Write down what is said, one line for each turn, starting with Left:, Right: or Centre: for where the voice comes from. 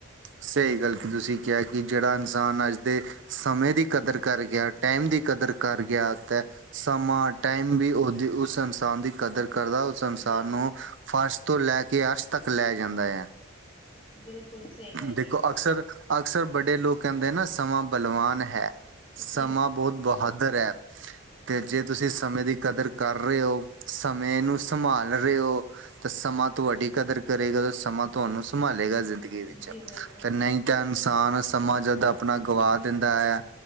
Right: ਸਹੀ ਗੱਲ, ਕੀ ਤੁਸੀਂ ਕਿਹਾ ਕਿ ਜਿਹੜਾ ਇਨਸਾਨ ਅੱਜ ਦੇ ਸਮਯ ਦੀ ਕਦਰ ਕਰ ਗਿਆ, ਟਾਈਮ ਦੀ ਕਦਰ ਕਰ ਗਿਆ ਤੇ ਸਮਾਂ, ਟਾਈਮ ਵੀ ਉਹਦੀ, ਉਸ ਇਨਸਾਨ ਦੀ ਕਦਰ ਕਰਦਾ, ਉਸ ਇਨਸਾਰ
Left: ਬਿਲਕੁਲ
Right: ਨੂੰ ਫਰਸ਼ ਤੋਂ ਲੈ ਕੇ ਅਰਸ਼ ਤੱਕ ਲੈ ਜਾਂਦਾ ਹੈ।
Left: ਬਿਲਕੁਲ ਸਹੀ ਗੱਲ
Right: ਦੇਖੋ
Left: ਕਹੀ
Right: ਅਕਸਰ ਅਕਸਰ ਵੱਡੇ ਲੋਕ ਕਹਿੰਦੇ ਨਾ, ਸਮਾਂ ਬਲਵਾਨ ਹੈ, ਸਮਾਂ
Left: ਜੀ
Right: ਬਹੁਤ ਬਹਾਦਰ ਹੈ। ਤੇ ਜੇ ਤੁਸੀਂ ਸਮਯ ਦੀ ਕਦਰ ਕਰ ਰਹੇ ਹੋ, ਸਮਯ ਨੂੰ ਸੰਭਾਲ ਰਹੇ ਹੋ ਤੇ ਸਮਾਂ ਤੁਹਾਡੀ ਕਦਰ ਕਰੇਗਾ, ਤੇ ਸਮਾਂ ਤੁਹਾਨੂੰ ਸੰਭਾਲੇਗਾ ਜ਼ਿੰਦਗੀ ਵਿੱਚ,
Left: ਜੀ ਬਿਲਕੁਲ
Right: ਤੇ ਨਹੀ ਤਾਂ ਇਨਸਾਨ ਸਮਾਂ ਜਦ ਆਪਣਾ ਗਵਾ ਦਿੰਦਾ ਹੈ,